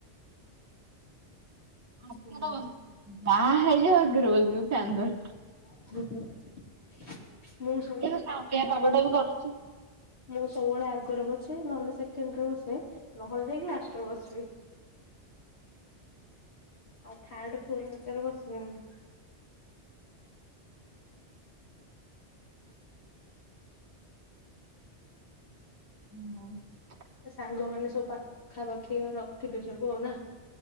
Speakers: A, on the right; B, on the left.
A: ଆଗେରେ
B: ହୁଁ
A: ବଶୁ,
B: ହୁଁ।
A: ତା ହେଇ ଯାଉ ଆଗରେ ବସିବୁ ଫ୍ୟାନ ଧରି।
B: <unintelligible> ମୁଁ ସବୁବେଳେ,
A: ଏବେ କାଉଁଳିଆ ପାଗ
B: ମୁଁ
A: ଟା ବି କରୁଛି।
B: ମୁଁ ସବୁବେଳେ ଆଗରେ ବସେ, ନହେଲେ ସେକେଣ୍ଡ ରେ ବସେ, ନହେଲେ ଯାଇକି ଲାଷ୍ଟରେ ବସିବି। ଆଉ ଥାର୍ଡ ଫୋର ହାଲକାରେ ବସିବନି।
A: <unintelligible>
B: ଏ ସାଙ୍ଗମାନେ ସବୁ ପାଖାପାଖି ରଖୀବେ ସବୁ ନା?